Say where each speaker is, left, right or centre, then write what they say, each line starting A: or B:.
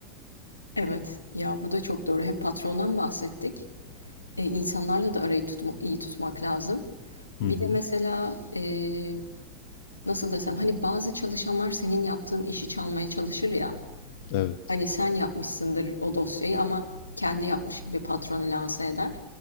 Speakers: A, on the left; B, on the left.
A: Evet, ya bu da çok doğru. Hep patrondan bahsettik. E, insanlarla da arayı tutma, iyi tutmak lazım.
B: Hı
A: Bir
B: hı.
A: de mesela e, nasıl desem hani bazı çalışanlar senin yaptığın işi çalmaya çalışır ya.
B: Evet.
A: Hani sen yapmışsındır o dosyayı ama kendi yapmış gibi patronu lanse eder.